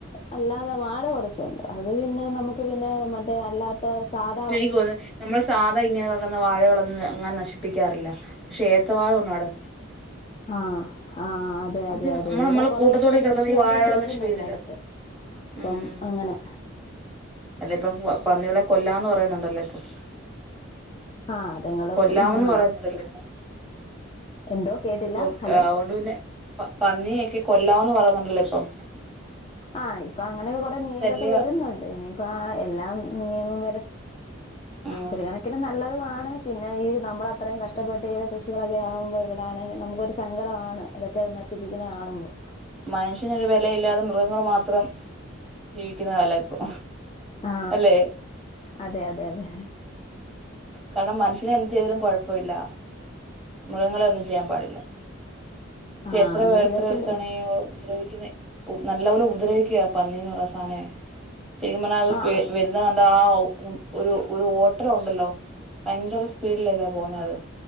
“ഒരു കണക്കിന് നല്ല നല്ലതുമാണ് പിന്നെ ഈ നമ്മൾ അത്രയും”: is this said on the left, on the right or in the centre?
Left